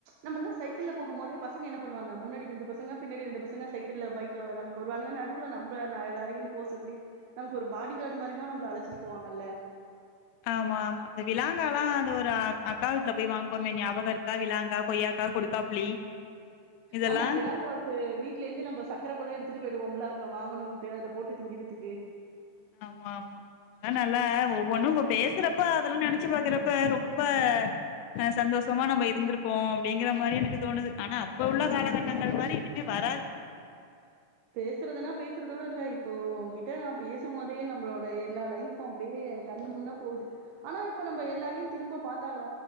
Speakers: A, on the right; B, on the left.
A: நம்பல்லா சைக்கிள்ல போகும் போதே பசங்க என்ன பண்ணுவாங்க முன்னாடி ரெண்டு பசங்க பின்னாடி ரெண்டு பசங்க சைக்கிள்ல பைக் நமக்கு வருவானுங்கா நடுல நம்ப ந எல்லாரையு போ சொல்லி நமக்கு ஒரு பாடி கார்ட் மாரிதா நம்ள அழ ச்சுட்டு போவாங்கல்ல
B: ஆமா ஆமா இந்த விலாங்காலா அது ஒரு அக்கா வீட்ல போய் வாங்கோமே ஞாபகொ இருக்கா விலாங்கா கொய்யாக்கா கொடுக்காப்புளி இதெல்லாம்
A: ஆமா விலாங்காவுக்கு வீடலேந்து நம்ப சக்கர கூட எடுத்துட்டு போயிடுவோம்ல க வாங்கணுன்ட்டு அதுல போட்டு திங்கிறதுக்கு
B: ஆமா ஆமா இதல்லா நல்லா ஒவ்வொன்னு இப்ப பேசுறப்ப அதெல்லா நெனச்சு பாக்குறப்ப ரொம்ப ஆ சந்தோஷமா நம்ம இருந்துருப்போ ப்பிடிங்கிற மாரி எனக்கு தோணுது ஆனா அப்ப உள்ள காலகட்டங்கள் மாரி இனிமே வராது
A: பேசுறதுனா பேசுறதோட இல்ல இப்போ ஒங்கிட்ட நா பேசும் போதே நம்ளோட எல்லா லைஃப்பு அப்புடியே கண்ணு முன்ன போது ஆனா இப்ப நம்ப எல்லாரையு திரும்ப பாத்தாலு